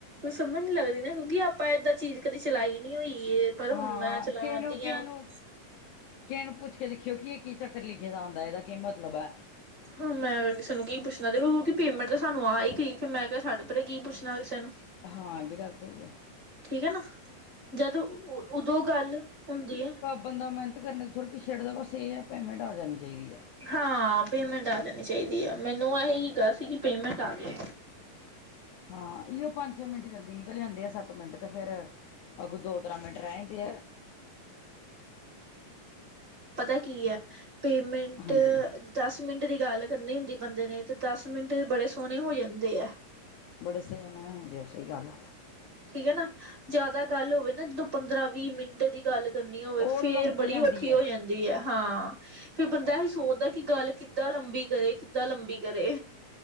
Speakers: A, on the right (about 35°); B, on the left (about 75°).
A: ਸਮਝ ਨੀ ਲੱਗਦੀ ਨਾ ਕਿਉਂਕਿ ਆਪਾਂ ਏਦਾਂ ਚੀਜ਼ ਕਦੇ ਚਲਾਈ ਨੀ ਹੋਈ। ਪਰ
B: ਹਾਂ
A: ਹੁਣ ਮੈਂ ਚਲਾਉਂਦੀ
B: ਕਿਹਨੂੰ ਕਿਹਨੂੰ।
A: ਆ। ਹਾਂ
B: ਕਿਸ ਨੂੰ ਪੁੱਛ ਕੇ ਦੇਿਓ ਇਹ ਕੀ ਚੱਕਰ ਲਿਖੇ ਦਾ ਆਉਦਾ ਇਹਦਾ ਕੀ ਮਤਲਬ ਹੈ।
A: ਹਾਂ ਮੈਂ ਕਿਸੇ ਨੂੰ ਕੀ ਪੁੱਛਣਾ ਦੇਖੋ ਕਿਉਂਕਿ ਪੇਮੈਂਟ ਤਾਂ ਸਾਨੂੰ ਆ ਹੀਈ ਗਈ ਫਿਰ ਮੈਂ ਕਿਹਾ ਛੱਡ ਪਰੇ ਕੀ ਪੁੱਛਣਾ ਕਿਸੇ ਨੂੰ।
B: ਹਾਂ ਇਹ ਵੀ ਗੱਲ ਸਹੀ ਹੈ।
A: ਠੀਕ ਹੈ ਨਾ ਜਦ ਉਦੋਂ ਗੱਲ ਹੁੰਦੀ ਹੈ।
B: ਬੰ ਦਾ ਮਿਹਨਤ ਕਰਨ ' ਥੜ੍ਹ ਪਿੱਛੇ ਹਟਦਾ ਬਸ ਇਹ ਹੈ ਪੇਮੈਂਟ ਆ ਜਾਣੀ ਚਾਹੀਦੀ। ਹੈ
A: ਹਾਂ ਪੇਮੈਂਟ ਆ ਜਾਣੀ ਚਾਹੀਦੀ ਹੈ ਮੈਨੂੰ ਇਹੀ ਗ ਸੀ ਕਿ ਪੇਮੈਂਟ ਆ ਜਾਵੇ।
B: ਹਾਂ ਇਹ ਉਹ ਪੰਜ ਛੇ ਮਿੰਟ ਜਲਦੀ ਨਿਕਲ ਜਾਂਦੇ ਆ ਸੱਤ ਮਿੰਟ ਤੇ ਫੇਰ। ਅਗੋਂ ਦੋ ਤਰਾਂ ਮਿੰਟ ਰਹਿਿੰਦੇ ਆ।
A: ਪਤਾ ਕੀ ਹੈ ਪੇਮੈਂਟ।
B: ਹਾਂਜੀ
A: ਦਸ ਮਿੰਟ ਦੀ ਗੱਲ ਕਰਨੀ ਹੁੰਦੀ ਬੰਦੇ ਨੇ ਤੇ ਦਸ ਮਿੰਟ ਬੜੇ ਸੋਹਣੇ ਹੋ ਜਾਂਦੇ ਆ।
B: ਬੜੇ ਸਹੀ ਮੈਂਦੇ ਆ ਸਹੀ ਗੱਲ।
A: ਠੀਕ ਹੈ ਨਾ ਜਿਆਦਾ ਗੱਲ ਹੋਵੇ ਨਾ ਜਦੋਂ ਪੰਦਰਾਂ ਵੀਹ ਮਿੰਟ ਦੀ। ਗੱਲ ਕਰਨੀ ਹੋਵੇ
B: ਉਹ
A: ਫੇਰ
B: ਲਮਕ
A: ਬੜੀ
B: ਜਾਂਦੀ
A: ਔਖੀ
B: ਹੈ
A: ਹੋ ਜਾਂਦੀ ਹੈ ਹਾਂ ਫੇਰ ਬੰਦਾ ਐ ਹੀ ਸੋਚ। ਪਦਾ ਕਿ ਗੱਲ ਕਿੱਦਾਂ ਲੰਬੀ ਕਰੇ ਕਿੱਦਾਂ ਲੰਬੀ ਕਰੇ।